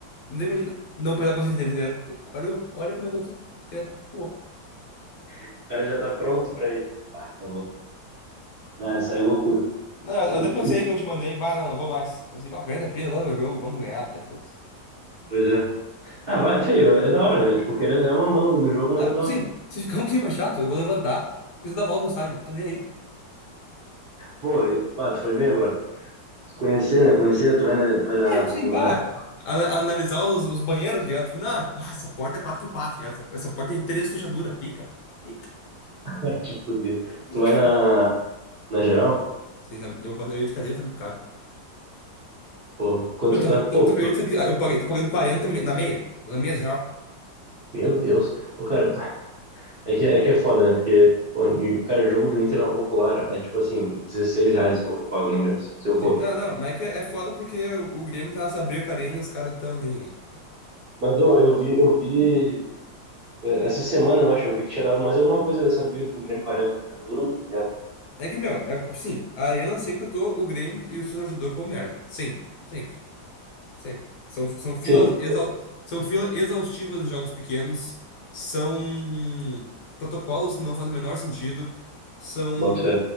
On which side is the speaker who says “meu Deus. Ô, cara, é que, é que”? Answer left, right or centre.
Right